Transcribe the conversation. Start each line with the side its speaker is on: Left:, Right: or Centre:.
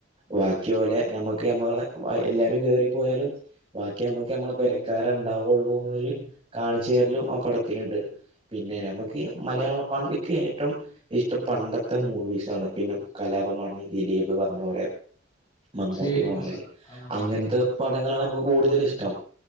Right: ബാക്കി പോലെ നമ്മുക്ക് നമ്മള എല്ലാരും കേറിപ്പോയാലും ബാക്കി നമ്മുക്ക് നമ്മളെ പെരക്കാര ഉണ്ടാവുള്ളൂ എന്നൊരു കാണിച്ചുരലും ആ പടത്തിലുണ്ട് പിന്നെ
Left: ആ
Right: നമുക്ക് മലയാളം വണ്ടിക്ക് ഏറ്റവും ഇഷ്ടം പണ്ടത്തെ മൂവീസാണ് പിന്നെ കലാപമാണ് ഈ ദിലീപ് പറഞ്ഞ പോലെ <inaudible> Mammootty
Left: C I D
Right: Mohanlal
Left: Moosa ആ മൂവിയൊക്കെ
Right: അങ്ങനത്തെ പടങ്ങളാണ് നമുക്ക് കൂടുതല് ഇഷ്ടം